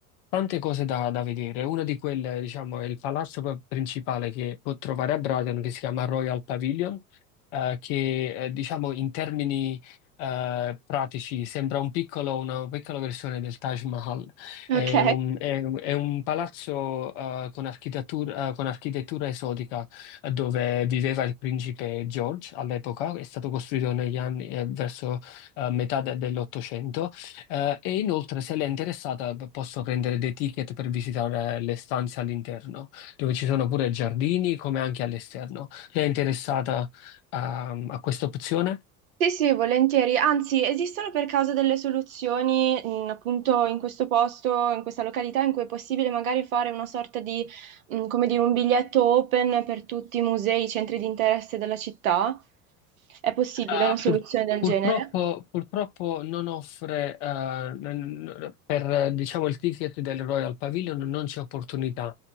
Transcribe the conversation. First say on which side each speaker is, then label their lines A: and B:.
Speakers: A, on the left; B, on the right.
A: tante cose da, da vedere. Una di quelle, diciamo, è il palazzo p- principale che può trovare a Brighton, che si chiama Royal Pavilion, eh, che, eh, diciamo, in termini, eh, pratici sembra un piccolo- una piccola versione del Taj Mahal. È
B: Ok?
A: un, è un- è un palazzo, eh, con architettura, eh, con architettura esotica, eh, dove viveva il principe George all'epoca. È stato costruito negli anni, eh, verso eh, metà de- dell'Ottocento, eh, e inoltre se l'è interessata p- posso prendere dei ticket per visitare le stanze all'interno, dove ci sono pure giardini come anche all'esterno. Lei è interessata a a questa opzione?
B: Sì, sì, volentieri. Anzi, esistono per caso delle soluzioni, mh, appunto, in questo posto, in questa località, in cui è possibile magari fare una sorta di, mh, come dire, un biglietto open per tutti i musei, i centri di interesse della città? È possibile
A: Uh,
B: una soluzione
A: pur-
B: del
A: purtroppo,
B: genere?
A: purtroppo non offre, eh, n- n- per eh, diciamo, il ticket del Royal Pavilion non c'è opportunità,